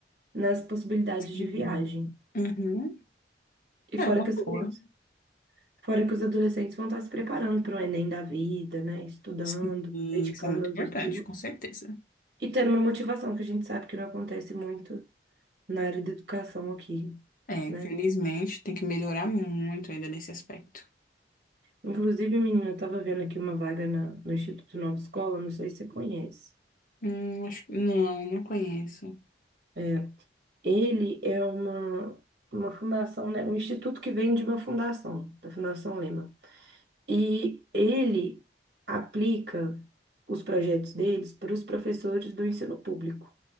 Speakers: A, on the right; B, on the left.
A: nas possibilidades
B: sim.
A: de viagem.
B: Uhum.
A: E
B: É
A: fora
B: uma
A: que as
B: boa.
A: crianças, fora que os adolescentes vão estar se preparando para o Enem da vida, né? Estudando,
B: Sim,
A: dedicando
B: isso é muito
A: aos
B: importante,
A: estudos
B: com certeza.
A: e tendo uma motivação que a gente sabe que não acontece muito na área da educação aqui,
B: É, infelizmente,
A: né?
B: tem que melhorar muito ainda nesse aspecto.
A: Inclusive, menina, eu estava vendo aqui uma vaga na, no Instituto Nova Escola, não sei se você conhece.
B: Hum, acho, não, não conheço.
A: É, ele é uma, uma fundação, né? Um instituto que vem de uma fundação, da Fundação Lema. E ele aplica os projetos deles para os professores do ensino público.